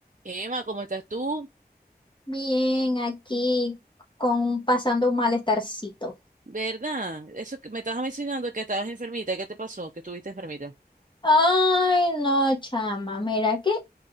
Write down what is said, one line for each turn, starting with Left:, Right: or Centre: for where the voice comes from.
Right: Emma, ¿cómo estás tú?
Left: Bien, aquí con pasando un malestarcito.
Right: ¿Verdad? Eso que me estabas mencionando que estabas enfermita. ¿Qué te pasó? Que estuviste enfermita.
Left: Ay, no, chama, mira que